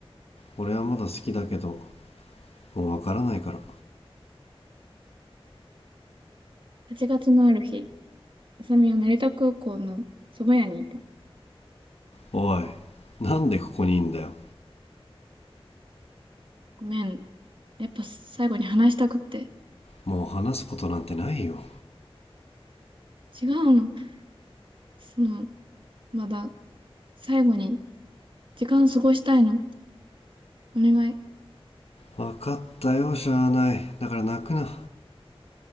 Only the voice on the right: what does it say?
8月のある日、あさみは成田空港のそば屋にいた。
ごめん。やっぱ最後に話したくって。
違うの。その、まだ、最後に時間過ごしたいの。お願い。